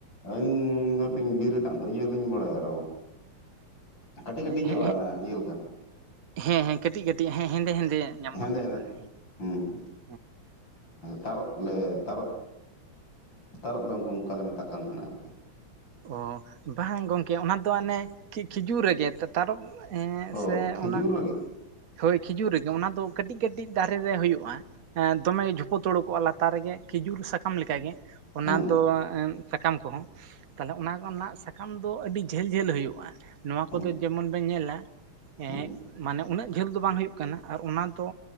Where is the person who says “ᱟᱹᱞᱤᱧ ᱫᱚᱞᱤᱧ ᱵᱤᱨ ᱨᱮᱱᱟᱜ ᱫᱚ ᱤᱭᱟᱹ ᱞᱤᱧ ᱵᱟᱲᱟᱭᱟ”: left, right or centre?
Left